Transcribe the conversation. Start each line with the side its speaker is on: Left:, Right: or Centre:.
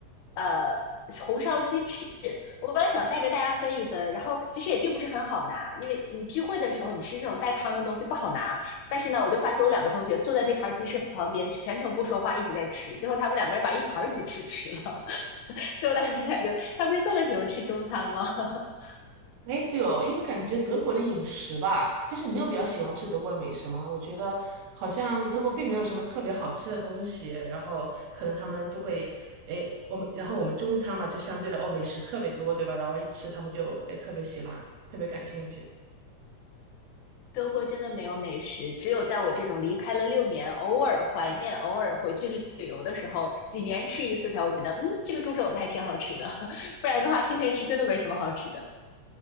Left: 呃。红烧鸡翅，我本来想带着大家分一分，然后其实也并不是很好拿，因为你聚会的时候你吃这种带汤的东西不好拿，但是呢，我就发现我两个同学坐在那盘鸡翅旁边，全程不说话，一直在吃。最后他们两个人把一盘鸡翅吃了，<laughs> 所以我当时感觉他不是这么喜欢吃中餐吗？<laughs>
Right: 哎，对哦，因为感觉德国的饮食吧，就是你有比较喜欢吃德国的美食吗？我觉得好像德国并没有什么特别好吃的东西，然后可能他们就会，哎，我们然后我们中餐嘛，就相对的哦，美食特别多，对吧？然后一吃他们就哎特别喜欢，特别感兴趣。
Left: 德国真的没有美食，只有在我这种离开了六年，偶尔怀念、偶尔回去旅游的时候，几年吃一次才会觉得，嗯，这个猪肘子还挺好吃的。<laughs> 不然的话，天天吃真的没什么好吃的。